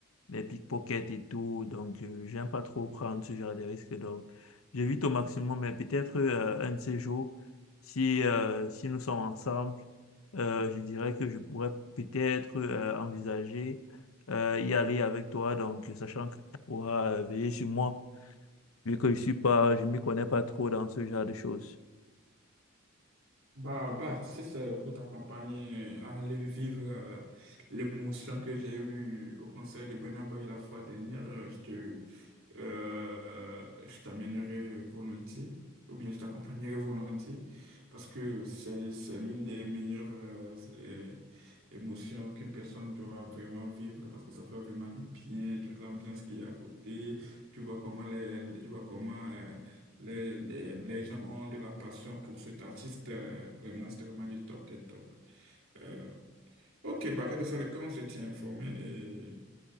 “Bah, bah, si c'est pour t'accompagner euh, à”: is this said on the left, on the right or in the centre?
Right